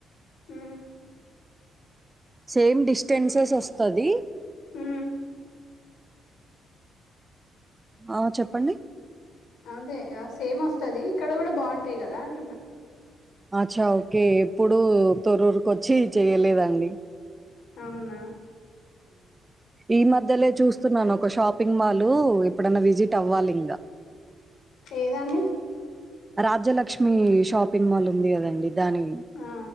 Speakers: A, on the left; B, on the right.
A: ఊ
B: సేమ్ డిస్టెన్సెస్ వస్తది
A: ఉ
B: ఆ చెప్పండి
A: అదే సేమ్ వస్తది ఇక్కడ కూడా బాగుంటాయి కదా అంటున్నా
B: అచ్చా ఓకే ఎప్పుడు <unintelligible> వచ్చి చెయ్యలేదాండి
A: అవునా
B: ఈ మధ్యలే చూస్తున్నాను ఒక షాపింగ్ మాల్ ఎప్పుడైన్నా విజిట్ అవ్వాలి ఇంగ
A: ఏదండి
B: రాజ్యలక్ష్మి షాపింగ్ మాల్ ఉంది కదండి దాని
A: ఆ